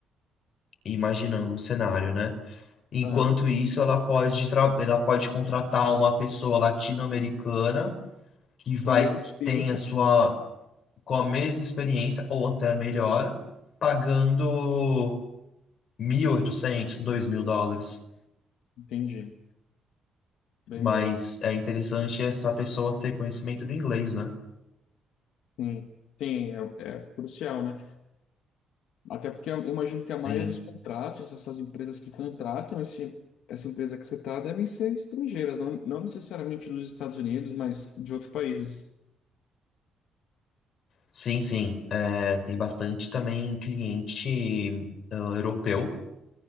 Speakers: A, on the left; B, on the left.
A: imaginando um cenário, né? Enquanto
B: Aham.
A: isso, ela pode, tra- ela pode contratar uma pessoa latino-americana que vai
B: Com a mesma experiência.
A: que tem a sua com a mesma experiência ou até melhor, pagando mil e oitocentos dois mil dólares.
B: Entendi. Bem
A: Mas
B: menos.
A: é interessante essa pessoa ter conhecimento do inglês, né?
B: Sim, Sim, é, é crucial, né? Até porque eu imagino que a maioria
A: Sim,
B: dos contratos, essas empresas que contratam esse, essa empresa que você está, devem ser estrangeiras, não, não necessariamente dos Estados Unidos, mas de outros países.
A: sim, sim. É, tem bastante também cliente ah, europeu.